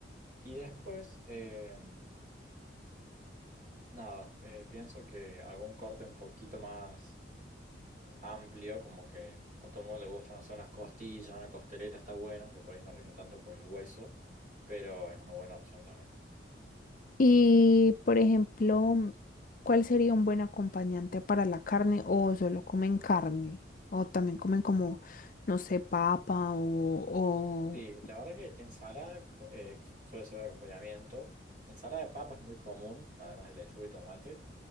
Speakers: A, on the right; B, on the left.
A: Y después, eh, Nada, eh, pienso que algún corte un poquito más amplio, como que a todo el mundo le gustan hacer unas costillas, una costeleta está bueno, aunque por ahí no rinde tanto por el hueso, pero es una buena opción también.
B: Y, por ejemplo, mm, ¿cuál sería un buen acompañante para la carne o solo comen carne? O también comen como, no sé, papa o,
A: Sí, la verdad que ensalada eh, suele ser de acompañamiento. Ensalada de papa es muy común, además de lechuga y tomate.